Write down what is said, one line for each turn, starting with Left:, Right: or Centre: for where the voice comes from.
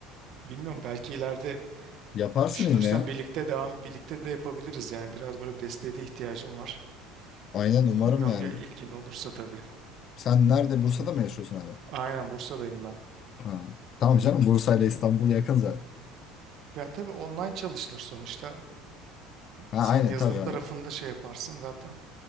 Right: Bilmiyorum belki ileride
Left: Yaparsın
Right: düşünürsen
Left: yine ya.
Right: birlikte devam birlikte de yapabiliriz yani biraz böyle bir desteğe de ihtiyacım var.
Left: Aynen
Right: E,
Left: umarım
Right: Bilmiyorum
Left: yani.
Right: bir ilgin olursa tabii.
Left: Sen nerede? Bursa'da mı yaşıyorsun hala?
Right: Aynen Bursa'dayım ben.
Left: Ha. Tamam canım Bursa ile İstanbul yakın zaten.
Right: Ya tabii online çalışılır sonuçta.
Left: Ha
Right: Sen
Left: aynen
Right: yazılım
Left: tabii aynen.
Right: tarafında şey yaparsın zaten.